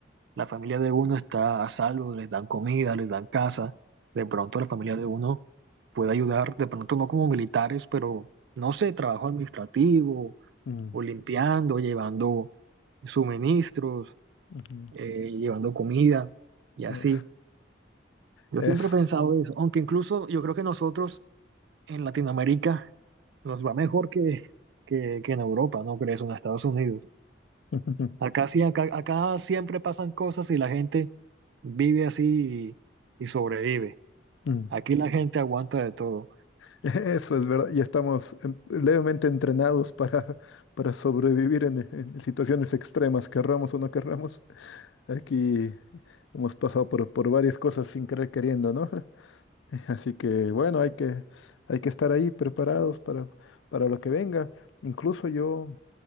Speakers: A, on the right (about 65°); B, on the left (about 85°).
A: la familia de uno está a salvo, les dan comida, les dan casa, de pronto la familia de uno puede ayudar, de pronto no como militares, pero no sé, trabajo administrativo
B: ujú,
A: o limpiando, llevando suministros,
B: ujú, ujú.
A: eh, llevando comida y así.
B: Es,
A: Yo
B: es.
A: siempre he pensado eso, aunque incluso yo creo que nosotros en Latinoamérica nos va mejor que, que, que en Europa, ¿no crees? O en Estados Unidos.
B: <laughs>
A: Acá sí, acá, acá siempre pasan cosas y la gente vive así y, y sobrevive.
B: Mm,
A: Aquí la gente aguanta de todo.
B: <laughs> Eso es verdad, ya estamos en- levemente entrenados para, <laughs> para sobrevivir en, en situaciones extremas, querramos o no querramos. Aquí hemos pasado por, por varias cosas sin querer queriendo, ¿no? <laughs> Así que bueno, hay que, hay que estar ahí preparados para, para lo que venga. Incluso yo